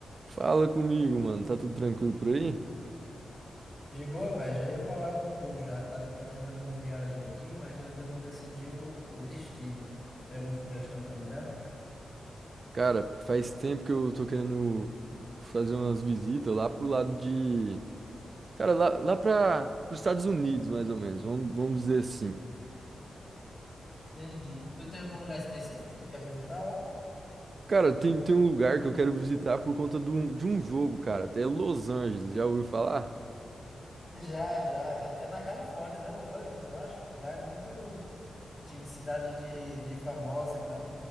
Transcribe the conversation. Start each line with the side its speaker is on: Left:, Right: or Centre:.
Right: Fala comigo, mano. Tá tudo tranquilo por aí?
Left: De boa, velho. Já ia falar com tu já. Tava planejando uma viagem aqui, mas eu ainda não decidi o, o destino. Tem alguma sugestão aí pra me dar?
Right: Cara, faz tempo que eu tô querendo fazer umas visitas lá pro lado de. Cara, lá, lá para os Estados Unidos, mais ou menos. Vamos, vamos dizer assim.
Left: Entendi. Tu tem algum lugar específico que tu quer visitar lá?
Right: Cara, tem, tem um lugar que eu quero visitar por conta de um, de um jogo, cara. até Los Angeles. Já ouviu falar?
Left: Já, já. É, é na Califórnia, né? Los Angeles, eu acho. Lá é muito time cidade de, de famosa e tal.